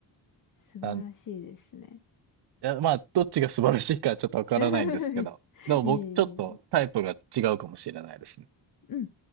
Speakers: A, on the left; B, on the right.
A: 素晴らしいですね。
B: たんで、いやまあどっちが素晴らしいかちょっとわからないんですけど、
A: <laughs> いえ
B: でも僕ちょっとタイプが違うかもしれないですね。
A: いえいえ。うん